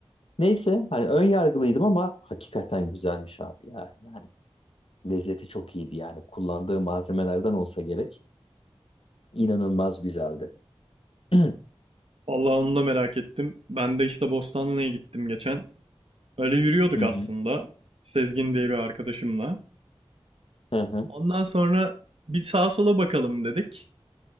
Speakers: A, on the left (about 75°); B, on the right (about 70°).
A: Neyse hani ön yargılıydım ama hakikaten güzelmiş abi ya. Yani Lezzeti çok iyiydi yani. Kullandığı malzemelerden olsa gerek. İnanılmaz güzeldi. <clears throat> Hı
B: Vallahi onu da merak ettim. Ben de işte Bostanlı'ya gittim geçen. Öyle yürüyorduk
A: hı.
B: aslında. Sezgin diye bir arkadaşımla.
A: Hı hı.
B: Ondan sonra bir sağa sola bakalım dedik.